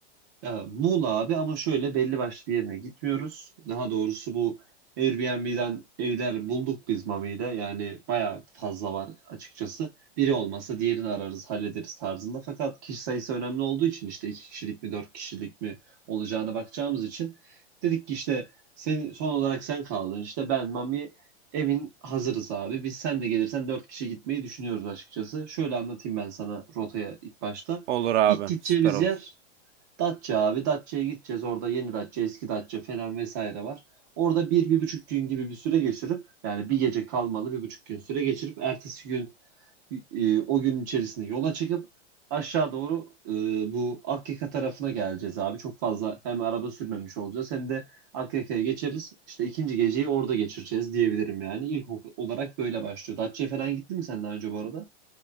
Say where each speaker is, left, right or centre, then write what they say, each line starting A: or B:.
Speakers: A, on the right; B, on the right.
A: Ya, Muğla abi ama şöyle belli başlı bir yerine gitmiyoruz. Daha doğrusu bu Airbnb'den evler bulduk biz Mami'de. Yani bayağı fazla var açıkçası. Biri olmasa diğerini ararız, hallederiz tarzında. Fakat kişi sayısı önemli olduğu için işte iki kişilik mi, dört kişilik mi olacağına bakacağımız için dedik ki işte sen, son olarak sen kaldın. İşte ben, Mami evin hazırız abi. Biz sen de gelirsen dört kişi gitmeyi düşünüyoruz açıkçası. Şöyle anlatayım ben sana rotaya ilk başta.
B: Olur abi.
A: İlk gideceğimiz
B: Süper olur.
A: yer Datça abi. Datça'ya gideceğiz. Orada yeni Datça, eski Datça falan vesaire var. Orada bir, bir buçuk gün gibi bir süre geçirip yani bir gece kalmalı bir buçuk gün süre geçirip ertesi gün e, o gün içerisinde yola çıkıp aşağı doğru e, bu Akyaka tarafına geleceğiz abi. Çok fazla hem araba sürmemiş olacağız hem de Akyaka'ya geçeriz. İşte ikinci geceyi orada geçireceğiz diyebilirim yani. İlk ok- olarak böyle başlıyor. Datça'ya falan gittin mi sen daha önce bu arada?